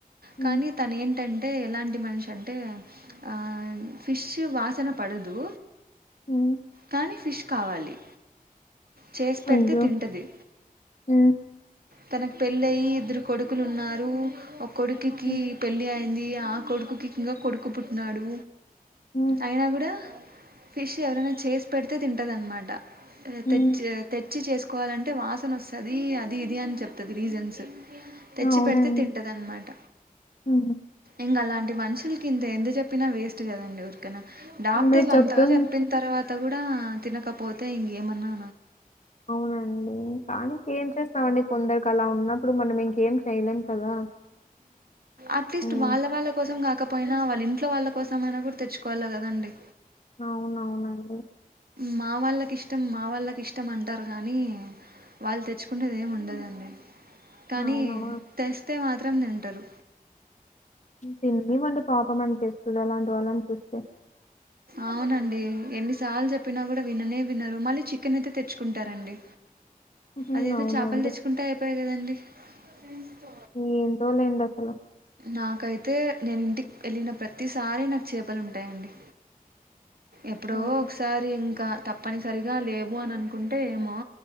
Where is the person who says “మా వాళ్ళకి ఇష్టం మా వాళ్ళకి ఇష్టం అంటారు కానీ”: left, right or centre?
Right